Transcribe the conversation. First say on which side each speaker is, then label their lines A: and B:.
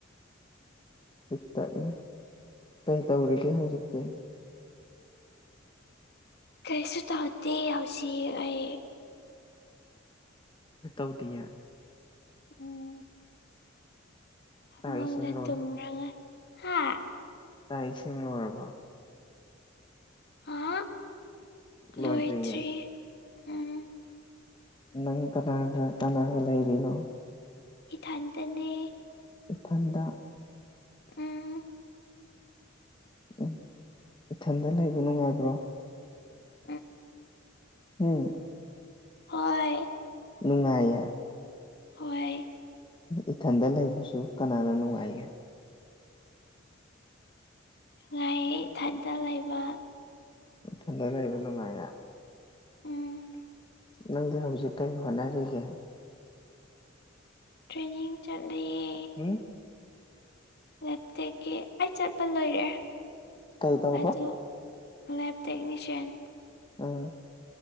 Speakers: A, on the left; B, on the left.
A: ꯄꯤꯛꯇꯛꯅ ꯀꯩ ꯇꯧꯔꯤꯒꯦ ꯍꯧꯖꯤꯛꯇꯤ
B: ꯀꯩꯁꯨ ꯇꯧꯗꯦ ꯍꯧꯖꯤꯛ ꯑꯩ
A: ꯇꯧꯗꯤꯌꯦ
B: ꯎꯝ ꯐꯃꯨꯡꯗ
A: ꯆꯥꯛ ꯏꯁꯤꯡ ꯂꯣꯏꯔꯦ
B: ꯇꯨꯝꯔꯒ ꯍꯥ
A: ꯆꯥꯛ ꯏꯁꯤꯡ ꯂꯣꯏꯔꯕꯣ
B: ꯍꯥ
A: ꯂꯣꯏꯗ꯭ꯔꯤꯌꯦ
B: ꯂꯣꯏꯗ꯭ꯔꯤ ꯎꯝ
A: ꯅꯪ ꯀꯅꯥꯒ ꯀꯅꯥꯒ ꯂꯩꯔꯤꯅꯣ
B: ꯏꯊꯟꯇꯅꯦ
A: ꯏꯊꯟꯗ
B: ꯎꯝ
A: ꯎꯝ ꯏꯊꯟꯗ ꯂꯩꯕ ꯅꯨꯡꯉꯥꯏꯕ꯭ꯔꯣ
B: ꯎꯝ
A: ꯍꯨꯝ
B: ꯍꯣꯏ
A: ꯅꯨꯡꯉꯥꯏꯌꯦ
B: ꯍꯣꯏ
A: ꯏꯊꯟꯗ ꯂꯩꯕꯁꯨ ꯀꯅꯥꯅ ꯅꯨꯡꯉꯥꯏꯒꯦ
B: ꯅꯨꯡꯉꯥꯏꯌꯦ ꯏꯊꯟꯇ ꯂꯩꯕ
A: ꯅꯊꯟꯗ ꯂꯩꯕ ꯅꯨꯡꯉꯥꯏꯌꯦ
B: ꯎꯝ
A: ꯅꯪꯗꯤ ꯍꯧꯖꯤꯛ ꯀꯩ ꯍꯣꯠꯅꯔꯤꯒꯦ
B: ꯇ꯭ꯔꯦꯅꯤꯡ ꯆꯠꯂꯤꯌꯦ
A: ꯍꯨꯝ <unintelligible>
B: ꯂꯦꯞꯇꯦꯛꯀꯤ ꯑꯩ ꯆꯠꯄ ꯂꯣꯏꯔꯦ
A: ꯀꯩꯗꯧꯕ
B: ꯑꯗꯣ ꯂꯦꯞ ꯇꯦꯛꯅꯤꯁꯤꯌꯥꯟ
A: ꯎꯝ